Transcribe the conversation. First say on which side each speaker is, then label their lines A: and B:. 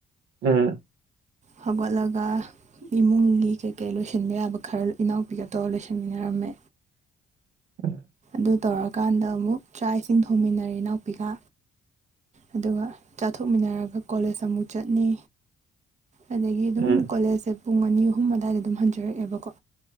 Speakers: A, on the right; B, on the right.
A: ꯎꯝ
B: ꯍꯧꯒꯠꯂꯒ ꯏꯃꯨꯡꯒꯤ ꯀꯩꯀꯩ ꯂꯣꯏꯁꯤꯟꯕ ꯌꯥꯕ ꯈꯔ ꯏꯅꯥꯎꯄꯤꯒ ꯇꯧꯔꯒ ꯂꯣꯏꯁꯤꯟꯃꯤꯟꯅꯔꯝꯃꯦ
A: <inaudible>
B: ꯑꯗꯨ ꯇꯧꯔꯀꯥꯟꯗ ꯑꯃꯨꯛ ꯆꯥꯛ ꯏꯁꯤꯡ ꯊꯣꯡꯃꯤꯟꯅꯔꯦ ꯏꯅꯥꯎꯄꯤꯒ ꯑꯗꯨꯒ ꯆꯥꯊꯣꯛꯃꯤꯟꯅꯔꯒ ꯀꯣꯂꯦꯖ ꯑꯃꯨꯛ ꯆꯠꯅꯤ ꯑꯗꯨꯒꯤ ꯑꯗꯨꯝ
A: ꯎꯝ
B: ꯀꯣꯂꯦꯖ ꯄꯨꯡ ꯑꯅꯤ ꯑꯍꯨꯝ ꯑꯗꯨꯋꯥꯏꯗ ꯑꯗꯨꯝ ꯍꯟꯖꯔꯛꯑꯦꯕꯀꯣ